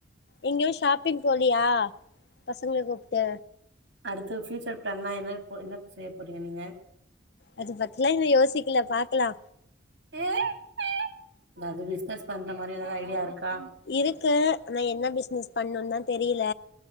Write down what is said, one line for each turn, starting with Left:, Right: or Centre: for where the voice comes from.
Left: ஏங்கெ ஷாப்பிங் போலயா பசங்கள கூப்ட்டு
Right: அடுத்து ஃபியூச்சர் பிளான்லா என்ன என்ன செய்ய போறீங்க நீங்க
Left: அது பத்திலா இன்னு யோசிக்கல பாக்லா
Right: ஏதாது பிசினஸ் பண்ற மாரி ஏதாது ஐடியா இருக்கா
Left: இருக்கு ஆனா என்ன பிசினஸ் பண்ணும் தா தெரியல